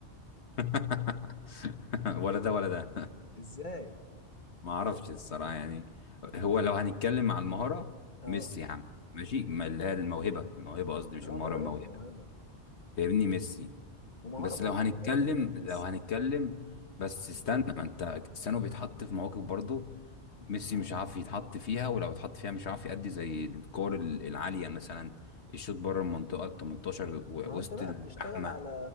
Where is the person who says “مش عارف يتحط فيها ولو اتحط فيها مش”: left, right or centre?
Left